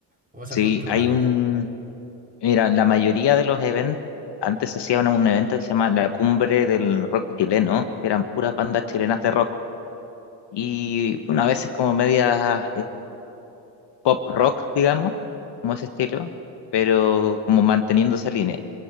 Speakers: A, on the right; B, on the left.
A: como esa
B: Sí,
A: cultura
B: hay un,
A: de-
B: mira, la mayoría de los eventos, antes se hacía un, un evento que se llama la Cumbre del Rock Chileno, que eran puras bandas chilenas de rock. Y una vez es como medias pop rock, digamos, como ese estilo, pero como manteniendo esa línea.